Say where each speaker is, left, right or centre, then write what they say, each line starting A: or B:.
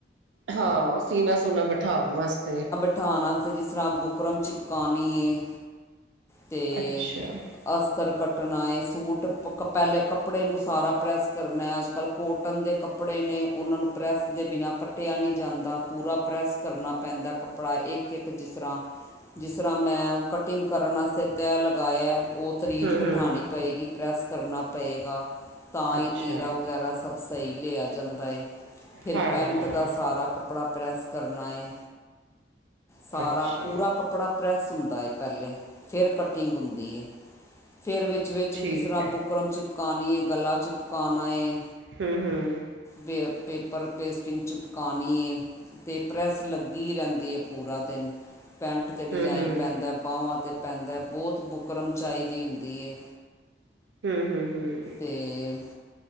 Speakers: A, on the right; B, on the left.
A: ਹਾਂ, ਸੀਨਾ-ਸੂਨਾ ਬਿਠਾਣ ਵਾਸਤੇ
B: ਤਾਂ ਵਸਤੇ ਜਿਸ ਤਰ੍ਹਾਂ ਬੁਕਰਮ ਚਿਪਕਾਨੀ ਹੈ ਤੇ
A: ਅੱਛਾ
B: ਅਸਤਰ ਕੱਟਣਾ ਹੈ ਸੂਟ ਪਹਿਲੇ ਕੱਪੜੇ ਨੂੰ ਸਾਰਾ ਪ੍ਰੈੱਸ ਕਰਨਾ ਹੈ, ਅੱਜ-ਕੱਲ੍ਹ ਕੋਟਨ ਦੇ ਕੱਪੜ ਕੱਪੜੇ ਨੇ ਉਹਨਾਂ ਨੂੰ ਪ੍ਰੈੱਸ ਦੇ ਬਿਨਾਂ ਕੱਟਿਆ ਨਹੀਂ ਜਾਂਦਾ, ਪੂਰਾ ਪ੍ਰੈੱਸ ਕਰਨਾ ਪੈਂਦਾ ਕੱਪ ਪੜ੍ਹਾ ਇੱਕ-ਇੱਕ ਜਿਸ ਤਰ੍ਹਾਂ ਜਿਸ ਤਰ੍ਹਾਂ ਮੈਂ ਕਟਿੰਗ ਕਰਨ ਵਾਸਤੇ ਤੈਯ ਲਗਾਇਆ, ਉਹ ਕਰੀਜ਼
A: ਹੂੰ
B: ਬਿਠਾਉਣੀ
A: ਹੂੰ
B: ਪਏਗੀ। ਪ੍ਰੈੱਸ ਕਰਨਾ ਪਏਗਾ ਤਾਂ ਹੀ
A: ਅੱਛਾ
B: ਤੀਰਾ ਵਗੈਰਾ ਸਭ ਸਹੀ ਲਿਆ ਜਾਂਦਾ ਏ। ਫੇਰ
A: ਹਾਂ
B: ਪੈਂਟ
A: ਹਾਂ
B: ਦਾ ਸਾਰਾ ਕੱਪੜਾ ਪ੍ਰੈੱਸ ਕਰਨਾ ਏ। ਸਾਰਾ
A: ਅੱਛਾ
B: ਪੂਰਾ ਕਪੜਾ ਪ੍ਰੈੱਸ ਹੁੰਦਾ ਏ ਪੈਲੇ, ਫੇਰ ਕਟਿੰਗ ਹੁੰਦੀ ਏ। ਫੇਰ ਵਿੱਚ-ਵਿੱਚ
A: ਠੀਕ
B: ਜਿਸ ਤਰਾਂ
A: ਹੈ
B: ਬੁਕਰਮ ਚਿਪਕਾਨੀਂ ਏ, ਗਲਾ ਚਿਪਕਾਨਾ ਏ।
A: ਹੁੰ-ਹੁੰ।
B: ਫੇਰ ਪੇਪਰ ਪੇਸਟਿੰਗ ਚਿਪਕਾਨੀ ਏ। ਤੇ ਪ੍ਰੈੱਸ ਲੱਗੀ ਰੈਂਦੀ ਏ ਪੂਰਾ ਦੇਨ, ਪੈਂਟ ਤੇ ਡਿਜ਼ਾਇਨ
A: ਹੂੰ ਹੂੰ
B: ਪੈਂਦਾ ਬਾਵਾਂ ਤੇ ਪੈਂਦਾ, ਬੋਤ ਬੁਕਰਮ ਚਾਈਦੀ ਹੁੰਦੀ ਏ।
A: ਹੁੰ, ਹੁੰ, ਹੁੰ।
B: ਤੇ